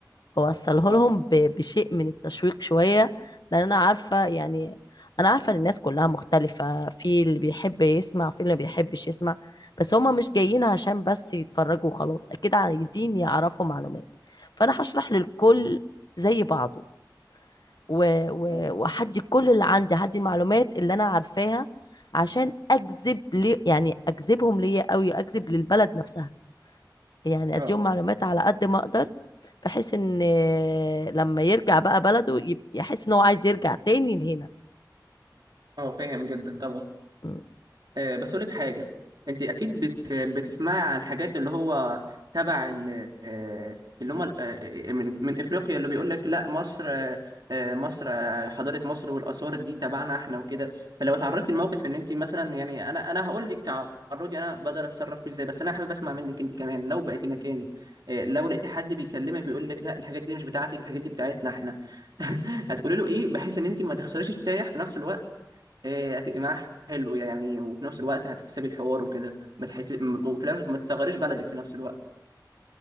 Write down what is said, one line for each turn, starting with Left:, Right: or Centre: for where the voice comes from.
Left: واوصله
Right: اه
Left: لهم ب- بشيء من التشويق شوية لان انا عارفة يعني انا عارفة ان الناس كلها مختلفة في اللي بيحب يسمع في اللي ما بيحبش يسمع بس هما مش جايين عشان بس يتفرجوا وخلاص اكيد عايزين يعرفوا معلومات فانا هشرح للكل
Right: مم.
Left: زي بعضه و- و-
Right: اه
Left: وهدي كل اللي عندي هدي المعلومات اللي انا عارفاها عشان اجذب لي يعني اجذبهم ليا قوي اجذب للبلد نفسها يعني
Right: اه
Left: اديهم معلومات على قد ما اقدر بحيث ان لما يرجع بقى بلده يب- يحس ان هو عايز يرجع تاني لهنا
Right: اه فاهم جدا طبعا
Left: م.
Right: آه، بس اقول لك حاجه انت اكيد بت... بتسمعي عن حاجات اللي هو تبع ال... آه، اللي هم ال- آه، من من افريقيا اللي بيقول لك لا مصر آه، آه، مصر آه، حضاره مصر والاثار دي تبعنا احنا وكده فلو تعرضتي لموقف ان انت مثلا يعني انا انا هقول لك تعرضي انا بقدر اتصرف فيه ازاي بس انا حابب اسمع منك انت كمان لو بقيتي مكاني آه، لو لقيتي حد بيكلمك ويقول لك لا الحاجات دي مش بتاعتك الحاجات دي بتاعتنا احنا <laughs> هتقولي له ايه بحيث ان انت ما تخسريش السايح في نفس الوقت إيه، هتبقي معاه حلو يعني وفي نفس الوقت هتكسبي الحوار وكده ما تحس م- وفي نفس- ما تصغريش بلدك في نفس الوقت